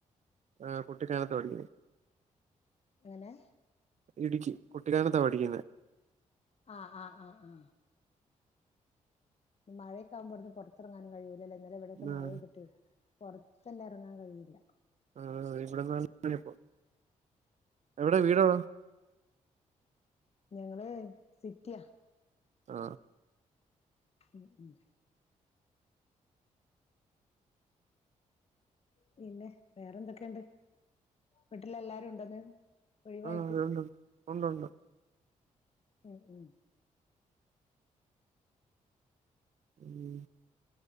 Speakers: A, on the right (about 55°); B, on the left (about 45°).
A: ആ കുട്ടിക്കാനത്താ പഠിക്ക്ണെ
B: എങ്ങനെ
A: ഇടുക്കി കുട്ടിക്കാനത്താ പഠിക്കിന്നെ
B: ആ ആ ആ ആ മഴൊക്കെ ആകുമ്പോ അയുട്ന്ന് പൊർത്തെർങ്ങാനും കഴിയു ഇല്ലല്ല ഇന്നലെ ഇവടെക്കെ
A: ആഹ്
B: മഴ പെയ്തിട്ടെ പോർത്തെന്നെ എറങ്ങാൻ കഴിയില്ല
A: ആണോ ഇവിടെ നല്ല <inaudible> യിപ്പോ എവിടെ വീടെവിടാ
B: ഞങ്ങൾ സിറ്റിയാ
A: ആ
B: മ്മ് മ്മ് പിന്നെ വേറെന്തൊക്കെ ഇണ്ട് വീട്ടിൽ എല്ലാരും ഉണ്ടോന്ന് ഒഴിവായിട്ട്
A: ആഹ് ഉണ്ട് ഉണ്ട് ഉണ്ട്
B: മ്മ് മ്മ്
A: മ്മ്